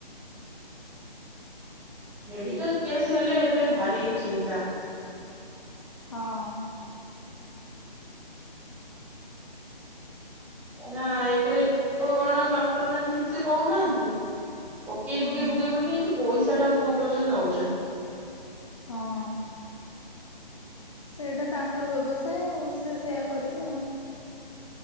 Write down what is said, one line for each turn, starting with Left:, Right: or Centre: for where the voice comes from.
Centre: ମେଡିକାଲ କେସ୍ ହେଲେ ଏବେ ଭାରି ଚିନ୍ତା।
Left: ହଁ।
Centre: ନା ଏକରେ କଣ ଡକ୍ଟର ମାନେ ଠିକ୍ ସେ କହୁନାହାନ୍ତି। ପକେଇ
Left: ହୁଁ
Centre: ପକେଇ ପକେଇ ପକେଇ କିନ୍ତୁ ପଇସା ଟା କ କଣ କରୁଛନ୍ତି ନଉଛନ୍ତି।
Left: ହଁ। ସେଇଟା ତାଙ୍କର ବ୍ୟବସାୟ ଆଉ ସେ ସେୟା କରିବେ ଆଉ।